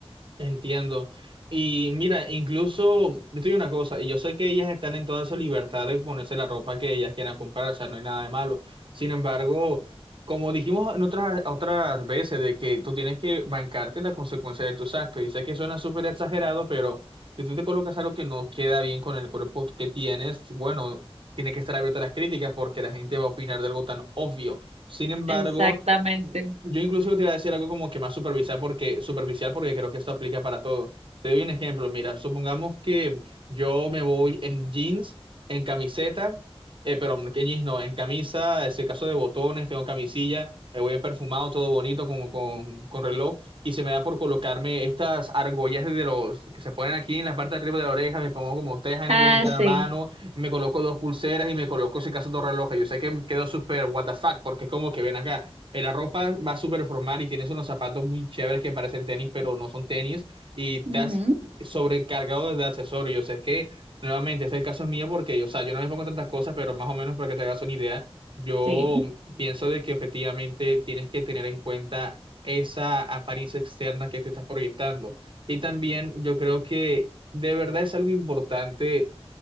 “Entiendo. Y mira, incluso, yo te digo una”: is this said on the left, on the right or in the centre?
Right